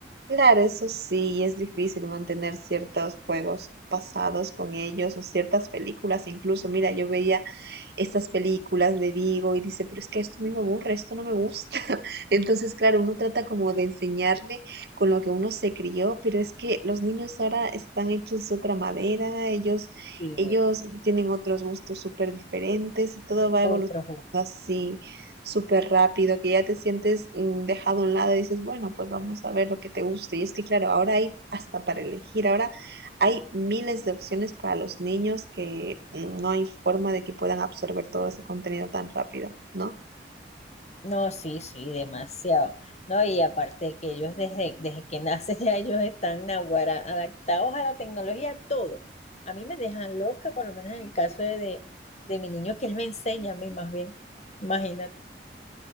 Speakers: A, on the right; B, on the left.
A: Claro, eso sí, es difícil mantener ciertos juegos pasados con ellos o ciertas películas. Incluso, mira, yo veía estas películas de Diego y dice, pero es que esto a mí me aburre, esto no me gusta. <laughs> Entonces, claro, uno trata como de enseñarle con lo que uno se crió, pero es que los niños ahora están hechos de otra madera, ellos,
B: Sí,
A: ellos tienen otros gustos súper diferentes y todo va
B: otro
A: evolucionando
B: juego.
A: así súper rápido, que ya te sientes mm, dejado a un lado y dices, bueno, pues vamos a ver lo que te guste. Y es que, claro, ahora hay hasta para elegir, ahora hay miles de opciones para los niños que mm, no hay forma de que puedan absorber todo ese contenido tan rápido, ¿no?
B: No, sí, sí, demasiado. No, y aparte que ellos desde, desde que <laughs> nacen ya ellos están naguará, adaptados a la tecnología, a todo. A mí me dejan loca, por lo menos en el caso de, de, de mi niño, que él me enseña a mí más bien. Imagínate.